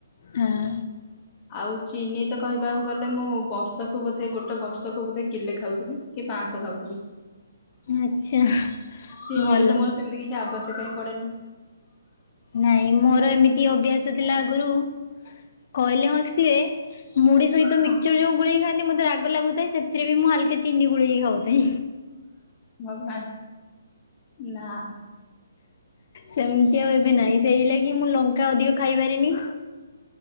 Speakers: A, on the left; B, on the left.
A: ହଁ
B: ଆଉ ଚିନି ତ କହିବାକୁ ଗଲେ ମୁଁ ବର୍ଷକୁ ବୋଧେ ଗୋଟ ଗୋଟାଏ ବର୍ଷକୁ ବୋଧେ କିଲେ ଖାଉଥିବି କି ପାଁଶ ଖାଉଥିବି।
A: ଆଚ୍ଛା,
B: ଚିନିର
A: ଭଲ।
B: ତ ମୋର ସେମିତି କିଛି ଆବଶ୍ୟକ ହିଁ ପଡେନି।
A: ନାଇଁ ମୋର ଏମିତି ଅଭ୍ୟାସ ଥିଲା ଆଗରୁ। କହିଲେ ହସିବେ ମୁଡି ସହିତ
B: ହଁ
A: ମିକ୍ସଚର ଯୋଉ ଗୋଳେଇକି ଖଆନ୍ତି ମତେ ରାଗ ଲାଗୁଥାଏ ସେଥିରେ ବି ମୁଁ ହାଲକାସ ଚିନି ଗୋଳେଇକି ଖାଉଥାଏ।
B: ଭଗବାନ! ନାଁ।
A: ସେମିତି ଆଉ ଏବେ ନାହିଁ ସେଇ ଲାଗି ମୁଁ ଲଙ୍କା ଅଧିକ ଖାଇପାରେନି।